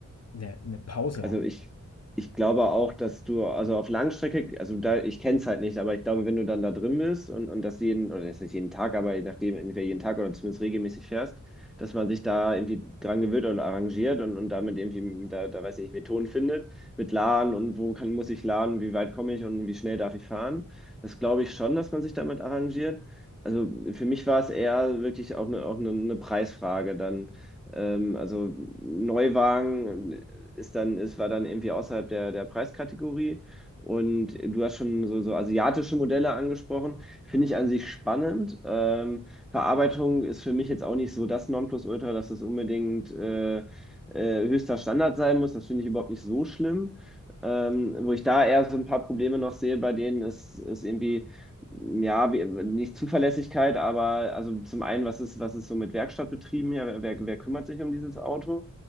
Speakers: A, on the left (about 50°); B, in the centre.
A: äh, eine, eine Pause
B: also
A: hat.
B: ich, ich glaube auch, dass du, also auf Langstrecke, also da, ich kenne es halt nicht, aber ich glaube, wenn du dann da drin bist und, und das jeden, oder jetzt nicht jeden Tag, aber je nachdem, entweder jeden Tag oder zumindest regelmäßig fährst, dass man sich da irgendwie dran gewöhnt oder arrangiert und, und damit irgendwie, da, da weiß ich nicht, Methoden findet, mit Laden und wo kann, muss ich laden, wie weit komme ich und wie schnell darf ich fahren. Das glaube ich schon, dass man sich damit arrangiert. Also für mich war es eher wirklich auch eine, auch eine, eine Preisfrage dann. Ähm, also Neuwagen, ist dann, es war dann irgendwie außerhalb der, der Preiskategorie. Und du hast schon so, so asiatische Modelle angesprochen, finde ich an sich spannend. Ähm, Verarbeitung ist für mich jetzt auch nicht so das Nonplusultra, dass es unbedingt äh, äh, höchster Standard sein muss. Das finde ich überhaupt nicht so schlimm. Ähm, wo ich da eher so ein paar Probleme noch sehe bei denen, ist, ist irgendwie, ja, wie- nicht Zuverlässigkeit, aber also zum einen, was ist, was ist so mit Werkstattbetrieben hier? Wer, wer kümmert sich um dieses Auto?